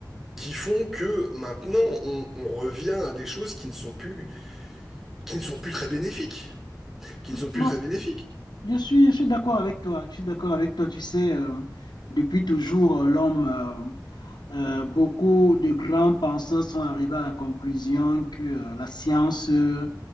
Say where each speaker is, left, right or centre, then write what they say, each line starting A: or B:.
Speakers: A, in the centre; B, on the left.
A: qui font que maintenant on, on revient à des choses qui ne sont plus, qui ne sont plus très bénéfiques, qui ne sont plus
B: Non,
A: très bénéfiques.
B: Je suis, je suis d'accord avec toi. Je suis d'accord avec toi. Tu sais, euh, depuis toujours, euh, l'homme, euh, euh, beaucoup de grands penseurs sont arrivés à la conclusion que euh, la science, euh,